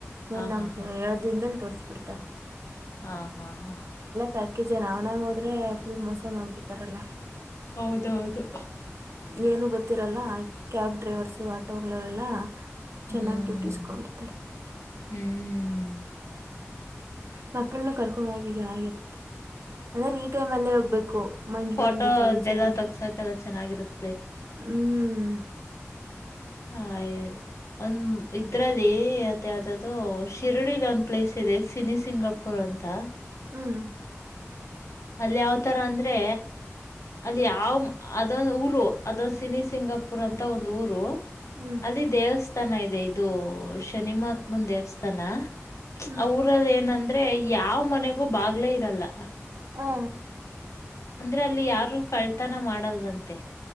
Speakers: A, on the right; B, on the left.
A: ಮೂರ್
B: ಹಾ
A: ನಾಲ್ಕ
B: ಹಾ ಹಾ
A: ದ ಎರಡು ದಿನದಲ್ಲಿ ತೋರ್ಸ್ ಬಿಿಡ್ತಾರೆ
B: ಹಾ ಹಾ ಹಾ
A: ಪ್ಯಾಕೇಜ್ಏನ ಅವ್ನಾಗ ಹೋದ್ರೆ ಫುಲ್ ಮೋಸ ಮಾಡಬಿಡ್ತಾರಲ್ಲಾ
B: ಹೌದೌದು.
A: ಏನು ಗೊತ್ತಿರಲ್ಲ ಕ್ಯಾಬ್ ಡ್ರೈವರ್ಸು ಆಟೋಗಳವರೆಲ್ಲಾ ಚೆನ್ನಾಗಿ
B: ಹ್ಮ್
A: ದುಡಿಸ್ಕೊಬಿಡ್ತಾರೆ
B: ಹ್ಮ್
A: ಮಕ್ಳನು ಕರ್ಕೊಂಡು ಹೋಗಿ ಚೆನ್ನಾಗಿರುತ್ತೆ. ಅಂದ್ರೆ ಈ ಟೈಮ್ ಅಲ್ಲೇ ಹೋಗ್ಬೇಕು ಮಂಜ್
B: ಫೋಟೋದೆಲ್ಲ
A: ಮಂಜು ಚಳಿ ಚಳಿ.
B: ತಗ್ಸಕೆಲ್ಲ ಚೆನ್ನಾಗಿರುತ್
A: ಹ್ಮ್
B: ಹಾ. ಒಂದ ಇದ್ರಲ್ಲಿ ಅದ ಯಾವ್ದೂ ಶಿರಡಿಲಿ ಒಂದ್ ಪ್ಲೇಸ್ ಇದೆ ಸಿನ ಸಿಂಗ. ತಪ್ಪರು ಅಂತ
A: ಹ್ಮ್
B: ಅದ ಯಾವ್ತರ ಅಂದ್ರೆ. ಅಲ್ಲಿ ಯಾವ್ ಅದೊಂದ ಊರು ಅದೊಂದ ಸಿನ ಸಿಂಗಾಪುರ್ ಅಂತ ಒಂದು ಊರು
A: ಹ್ಮ್
B: ಅಲ್ಲಿ ದೇವಸ್ಥಾನ ಇದೆ ಇದು ಶನಿಮಹಾತ್ಮನ್ ದೇವಸ್ಥಾನ.
A: ಹ್ಮ್
B: ಅವಊರಲ್ಲಿ ಏನಂದ್ರೆ ಯಾವ ಮನೆಗೂ ಬಾಗ್ಲೇ ಇರಲ್ಲ
A: ಹಾ.
B: ಅಂದ್ರೆ ಅಲ್ಲಿ ಯಾರೂ ಕಳ್ತನ ಮಾಡಲ್ವಂತೆ